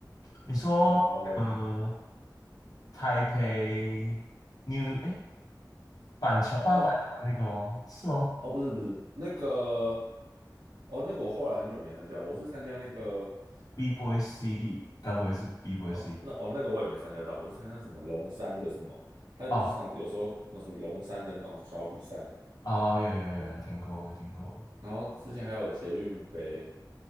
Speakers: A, on the left; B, on the right.
A: 你说，
B: 然后
A: 呃，台北 New 哎，板桥，板板桥那个吗？
B: 哦
A: 是吗
B: 哦不是不是那个哦那个我后来很久没参加，我是参加那个
A: ？B Boy City，
B: 那什么
A: 该不会是 B Boy
B: 哦那哦那个我也没参加到，
A: City？
B: 我是参加什么龙山的什么，他不是常有时候有什么龙山的那种小比赛，
A: 哦，哦，有有有有听过，有听过。
B: 然后之前还有捷运杯，